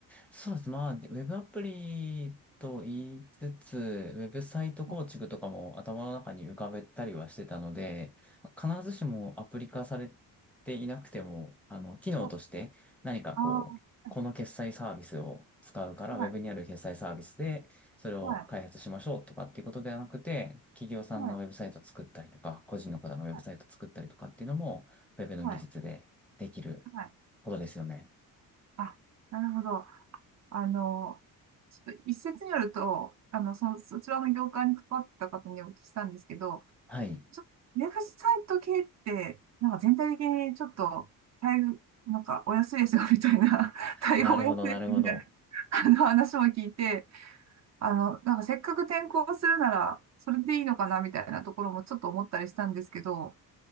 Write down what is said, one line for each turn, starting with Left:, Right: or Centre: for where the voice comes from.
Centre: そうです。まあ、ウェブアプリと言いつつ、ウェブサイト構築とかも頭の中に浮かべたりはしてたので、
Right: はい。
Centre: 必ずしもアプリ化されていなくても、あの、機能として何かこう、
Right: はい。ああ、
Centre: この決済サービスを使うから、
Right: はい。
Centre: ウェブにある決済サービスで、それを開発しましょうとかっていうことではなくて、
Right: はい。
Centre: 企業さんのウェブサイト作ったりとか、
Right: はい。
Centre: 個人の方のウェブサイト作ったりとかっていうのも、
Right: は
Centre: ウェブの技術でできることですよね。
Right: い。はい。あ、なるほど。あの、ちょっと一説によると、あの、その、そちらの業界に関わってた方にお聞きしたんですけど、
Centre: はい。
Right: ちょウェブサイト系って、なんか全体的にちょっと、待遇なんかお安いですよみたいな、<laughs> 対応お安いですみたいな、
Centre: なるほど、なるほど。
Right: あの話も聞いて、あの、なんかせっかく転校するなら、それでいいのかなみたいなところもちょっと思ったりしたんですけど、